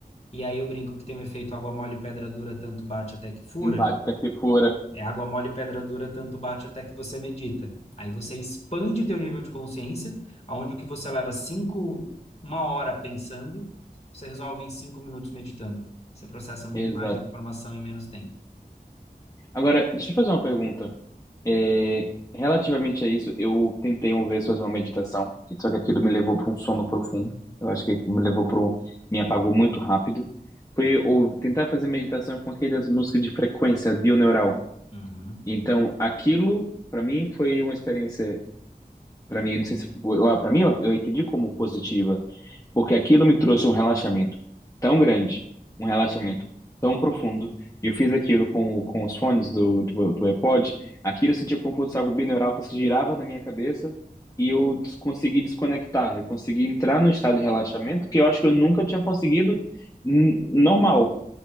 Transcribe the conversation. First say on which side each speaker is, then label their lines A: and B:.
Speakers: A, on the left; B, on the left.
A: E aí eu brinco que tem o efeito água mole, pedra dura, tanto bate até que fura.
B: Impacta que fora.
A: É água mole, pedra dura, tanto bate até que você medita. Aí você expande teu nível de consciência, aonde o que você leva cinco, uma hora pensando, você resolve em cinco minutos meditando. Você processa muito
B: Exato.
A: mais informação em menos tempo.
B: Agora, deixa eu fazer uma pergunta. É, relativamente a isso, eu tentei uma vez fazer uma meditação, só que aquilo me levou para um sono profundo. Eu acho que me levou para um, me apagou muito rápido. Foi ou, tentar fazer meditação com aquelas músicas de frequência bioneural.
A: Uhum.
B: Então, aquilo para mim foi uma experiência, para mim, não sei se, para mim eu, eu entendi como positiva porque aquilo me trouxe um relaxamento tão grande, um relaxamento tão profundo, e eu fiz aquilo com, com os fones do, do, do iPod, aquilo eu sentia como se fosse algo binaural, parece que girava na minha cabeça, e eu des- consegui desconectar, eu consegui entrar num estado de relaxamento que eu acho que eu nunca tinha conseguido n- normal,